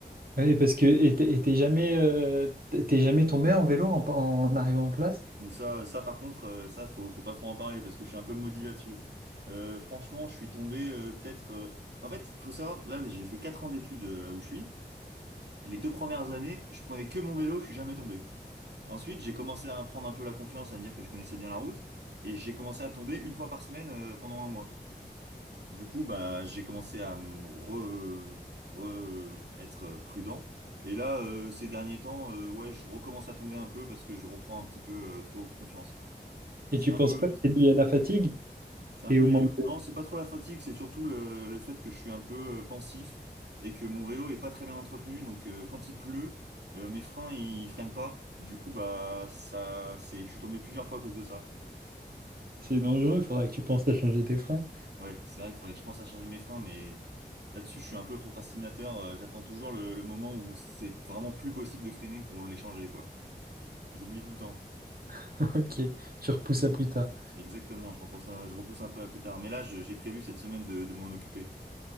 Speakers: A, on the right; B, on the right.
A: Oui, parce que et t'es et t'es jamais, euh, t'es t'es jamais tombé en vélo en, en arrivant en classe?
B: Ou ça, ça par contre, euh, ça, faut, faut pas trop en parler parce que je suis un peu maudit là-dessus. Euh, franchement, je suis tombé euh, peut-être. euh, En fait, faut savoir, là, j'ai fait quatre ans d'études euh, là où je suis. Les deux premières années, je prenais que mon vélo, je suis jamais tombé. Ensuite, j'ai commencé à prendre un peu la confiance, à me dire que je connaissais bien la route et j'ai commencé à tomber une fois par semaine euh, pendant un mois. Du coup, bah, j'ai commencé à me re, re- être prudent. Et là, euh, ces derniers temps, euh, ouais, je recommence à tomber un peu parce que je reprends un petit peu euh, trop confiance.
A: Et
B: C'est
A: tu
B: un
A: penses
B: peu,
A: pas que c'est lié à la fatigue
B: c'est un
A: et
B: peu,
A: au manque
B: yo-yo. non, c'est pas trop la fatigue, c'est surtout le, le fait que je suis un peu euh, pensif et que mon vélo est pas très bien entretenu. Donc, euh, quand il pleut, euh, mes freins ils freinent pas. Du coup, bah, ça, c'est, je suis tombé plusieurs fois à cause de ça.
A: C'est dangereux, faudra que tu penses à changer tes freins.
B: Ouais, c'est vrai qu'il faudrait que je pense à changer mes freins, mais là-dessus, je suis un peu procrastinateur. euh, J'attends toujours le, le moment où c'est vraiment plus possible de freiner pour les changer, quoi. J'oublie tout le temps.
A: <laughs> Ok, tu repousses à plus tard.
B: Exactement, je repense à- je repousse un peu à plus tard. Mais là, je- j'ai prévu cette semaine de, de m'en occuper.